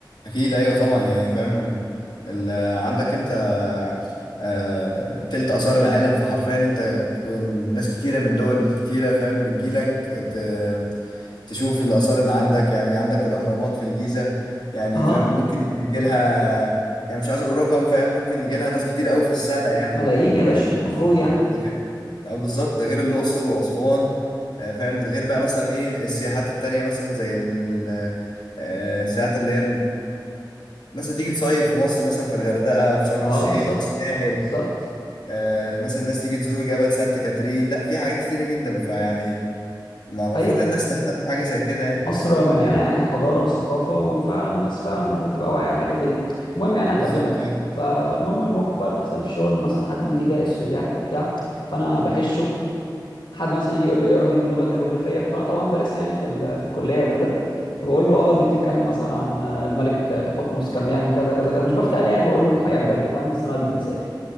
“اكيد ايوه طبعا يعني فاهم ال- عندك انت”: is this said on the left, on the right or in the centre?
Left